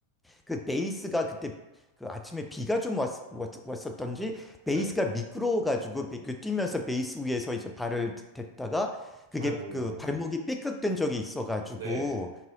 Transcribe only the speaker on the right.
네.
아이고,
네,